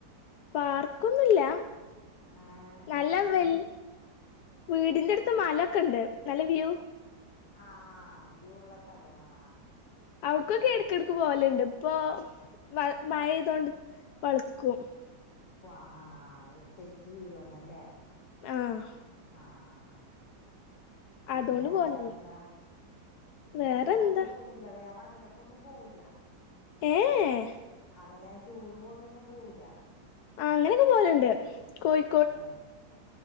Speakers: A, on the left (about 70°); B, on the left (about 85°).
A: പാർക്കൊന്നുല്ല
B: ഏഹ്
A: നല്ല
B: കടല്
A: വൽ വീടിന്റെ അടുത്ത് മലൊക്കെ ഉണ്ട് നല്ല വ്യൂ
B: ആഹ് ആഹ് വ്യൂ ഉള്ള സ്ഥലോണ ആഹ്
A: അവിട്ക്കൊക്കെ
B: ആഹ്
A: ഇടക്കിടക്ക് പോവലുണ്ട് ഇപ്പൊ വ മഴെയ്തൊണ്ട് വൾക്കും
B: ഓഹ് ആഹ് ആഹ് തെറ്റി വീഴോന്നല്ലേ
A: ആഹ്
B: ആഹ് ആഹ് പിന്നെ
A: അതുകൊണ്ട് പോവലില്ല
B: വേറെന്താ പിന്നെ
A: വേറെന്താ
B: അത് കാരണം പോ ല്ല വേറെ അകലൊക്കെ ഒന്നും പോവൂല്ല
A: ഏഹ്
B: അതലെ ടൂറ് പോലൊന്നും പോവില്ല
A: ആഹ് അങ്ങനെയൊക്കെ പോവലുണ്ട് കോയ്
B: അതെല്ലേ